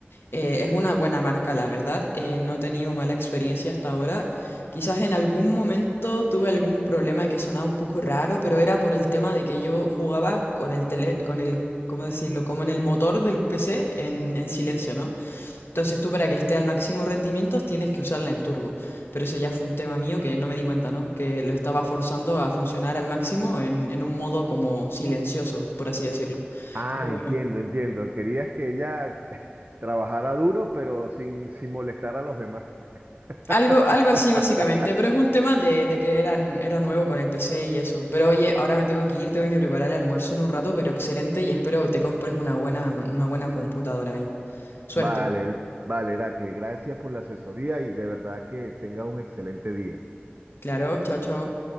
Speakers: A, on the left; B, on the right.
A: eh, es una buena marca, la verdad. eh, no he tenido mala experiencia hasta ahora. Quizás en algún momento tuve algún problema de que sonaba un poco raro, pero era por el tema de que yo jugaba con el tele, con el, ¿cómo decirlo? Como en el motor del PC en, en silencio, ¿no? Entonces tú para que esté al máximo rendimiento tienes que usarla en turbo. Pero eso ya fue un tema mío que no me di cuenta, ¿no? Que lo estaba forzando a funcionar al máximo en, en un modo como silencioso, por así decirlo.
B: Ah,
A: Pero bueno.
B: entiendo, entiendo. Querías que ella <laughs> trabajara duro, pero sin, sin molestar a los demás. <laughs>
A: Algo, algo así básicamente, pero es un tema de, de que eran, era nuevo con el PC y eso. Pero oye, ahora me tengo que ir, tengo que preparar el almuerzo en un rato, pero excelente y espero te compres una buena, una buena computadora ahí. Suerte.
B: Vale, vale, Heracle, gracias por la asesoría y de verdad que tengas un excelente día.
A: Claro, chao, chao.